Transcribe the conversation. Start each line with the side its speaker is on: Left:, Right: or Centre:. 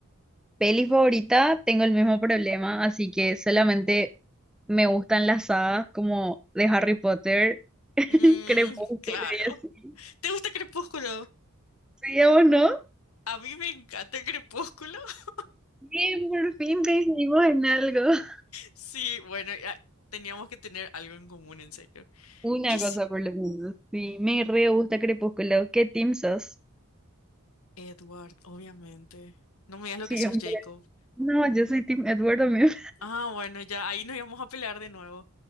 Centre: Peli favorita, tengo el mismo problema, así que solamente me gustan las sagas como de Harry Potter, <laughs>
Left: Mmm,
Centre: Crepúsculo
Left: <laughs> claro.
Centre: y así.
Left: ¿Te gusta Crepúsculo?
Centre: Sí, ¿a vos no?
Left: A mí me encanta Crepúsculo. <laughs>
Centre: Bien, por fin coincidimos en algo. <laughs>
Left: Sí, bueno, ya teníamos que tener algo en común, en serio.
Centre: Una
Left: Y
Centre: cosa
Left: sí,
Centre: por lo menos. Sí, me re gusta Crepúsculo. ¿Qué team sos?
Left: Edward, obviamente. No me digas lo
Centre: Siempre.
Left: que sos, Jacob.
Centre: No, yo soy team Edward también.
Left: Ah, bueno, ya ahí nos íbamos a pelear de nuevo.